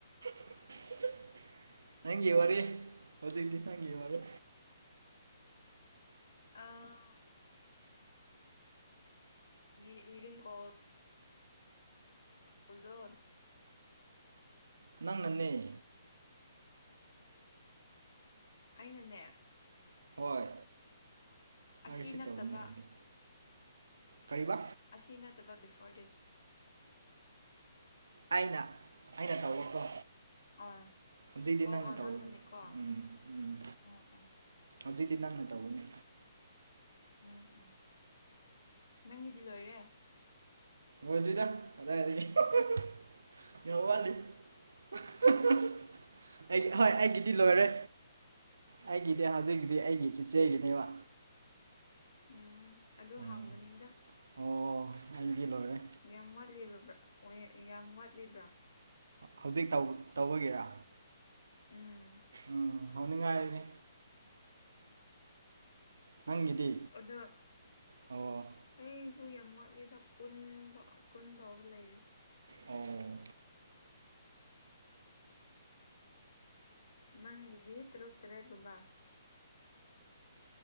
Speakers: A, on the right; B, on the left.
A: <unintelligible> ꯅꯪꯒꯤ ꯋꯥꯔꯤ ꯍꯧꯖꯤꯛꯇꯤ ꯅꯪꯒꯤ ꯋꯥꯔꯦ
B: ꯑꯥ ꯔꯤ ꯔꯤꯔꯤꯡꯀꯣꯜ ꯄꯨꯜꯗꯣ
A: ꯅꯪꯅꯅꯦ
B: ꯑꯩꯅꯅꯦ
A: ꯍꯣꯏ
B: ꯑꯁꯤ
A: ꯑ ꯔꯤꯁꯤꯞ
B: ꯅꯠꯇꯕ
A: ꯇꯧꯅꯦ ꯍꯧꯖꯤꯛ ꯀꯔꯤꯕ
B: ꯑꯁꯤ ꯅꯠꯇꯕ ꯕꯤꯐꯣꯔ ꯗꯤꯁ
A: ꯑꯩꯅ ꯑꯩꯅ ꯇꯧꯕꯀꯣ
B: ꯑꯥ
A: ꯍꯧꯖꯤꯗꯤ
B: ꯑꯣ
A: ꯅꯪꯅ
B: ꯑꯣ
A: ꯇꯧꯋꯤ
B: ꯅꯪꯅꯅꯦꯀꯣ
A: ꯎꯝ ꯎꯝ
B: ꯎꯝ ꯎꯝ
A: ꯍꯧꯖꯤꯛꯗꯤ ꯅꯪꯅ ꯇꯧꯒꯅꯤ
B: ꯎꯝ ꯎꯝ ꯅꯪꯒꯤꯗꯤ ꯂꯣꯏꯔꯦ
A: ꯂꯣꯏꯗꯔ꯭ꯤꯗ ꯀꯗꯥꯏꯗꯩꯩ <unintelligible> ꯌ ꯋꯥꯅꯤ <unintelligible> ꯑꯩ ꯍꯣꯏ ꯑꯩꯒꯤꯗꯤ ꯂꯣꯏꯔꯦ ꯑꯩꯒꯤꯗꯤ ꯍꯧꯖꯤꯛꯀꯤꯗꯤ ꯑꯩꯒꯤ ꯆꯤꯆꯦꯒꯤꯅꯦꯕ
B: ꯎꯝ ꯑꯗꯨ
A: ꯎꯝ
B: ꯍꯥꯡꯕꯅꯤꯗ
A: ꯑꯣ ꯑꯩꯗꯤ ꯂꯣꯏꯔꯦ
B: ꯌꯥꯝ ꯋꯥꯠꯂꯤꯕꯕ꯭ꯔꯥ ꯑꯣꯌꯦ ꯌꯥꯝ ꯋꯥꯠꯂꯤꯕ꯭ꯔꯥ
A: ꯍꯧꯖꯤꯛ ꯇꯧ ꯇꯧꯕꯒꯤꯔꯥ
B: ꯎꯝ
A: ꯎꯝ ꯍꯧꯅꯤꯡꯉꯥꯏꯅꯤ ꯅꯪꯒꯤꯗꯤ
B: ꯑꯗꯣ
A: ꯑꯣ
B: ꯑꯩꯁꯨ ꯌꯥꯝ ꯋꯥꯠꯂꯤꯗ ꯀꯨꯟ ꯐ ꯀꯨꯟ ꯐꯥꯎꯕ ꯂꯩꯔꯤ
A: ꯑꯣ
B: ꯅꯪ ꯏꯗꯤ ꯇꯔꯛꯇꯔꯦ ꯂꯨꯕꯥ